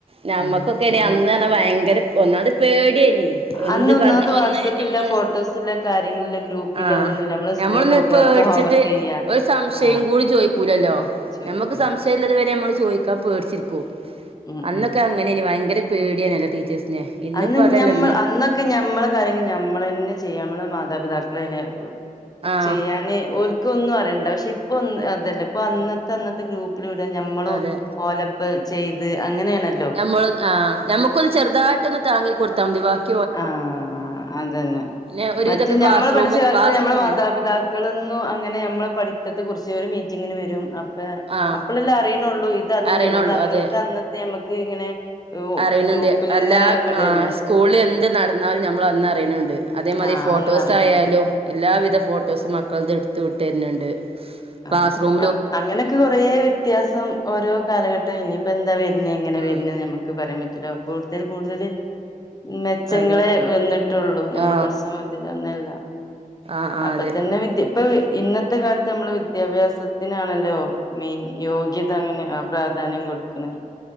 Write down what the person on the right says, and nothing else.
ഞമ്മക്കൊക്കെനി
അന്ന് പറഞ്ഞാ ഭയങ്കര ഒന്നാമത് പേടിയേനി എന്ത്
പറഞ്ഞ്
ഒന്ന് നമ്മള്
ആഹ്
ഞമ്മളൊന്ന്
പേടിച്ചിട്ട്
ഒരു സംശയം
കൂടി ചോയി ക്കൂലല്ലോ
ഞമ്മക്ക് സംശയള്ളത് വരെ നമ്മൾ ചോദിക്കാ പേടിച്ചിരിക്കും
അന്നൊക്കെ
അങ് ങ്ങനേനി ഭയങ്കര പേടിയാണല്ലോ ടീച്ചേഴ്സിനെ ഇന്നിപ്പോ
അതല്ല
ഇന്ന്
ആഹ്
അതെ
ഞമ്മൾ ആ ഞമ്മുക്കൊന്ന് ചെറുതായിട്ടൊന്ന് താങ്ങിക്കൊടുത്താ മതി ബാക്
പിന്നെ ഒരുവിധൊക്കെ
ക്ലാസ്
റൂം
ക്ലാസ്
തന്നെ
ആഹ്
അറിയണുള്ളൂ
അതെ
അറിയണുണ്ട്
എല്ലാ
സ്കൂളിൽ എന്ത് നടന്നാലും ഞമ്മള് അന്ന് അറിയണണ്ട് അതേമാതിരി
ഫോട്ടോസ്
ആയാലും എല്ലാവിധ ഫോട്ടോസും മക്കൾതെട്ത്ത് വിട്ടെര്ന്ണ്ട് ക്ലാസ്സ്‌റൂം
ആ
അതെ
ആ
ആ ആ
അതെ